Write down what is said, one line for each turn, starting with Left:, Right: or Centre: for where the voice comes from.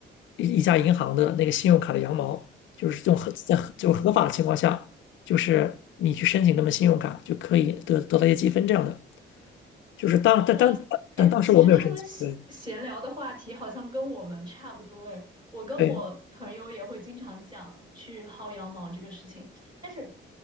Left: 一一家银行的那个信用卡的羊毛，就是用合在合就是合法的情况下，就是你去申请他们信用卡就可以得得到一些积分这样的。就是当但当但当时我没有申请，
Right: 我哎，其实他们闲闲聊的话题好像跟我们差不多哎。
Left: 对
Right: 我跟我朋友也会经常讲去薅羊毛这个事情，
Left: 对，
Right: 但是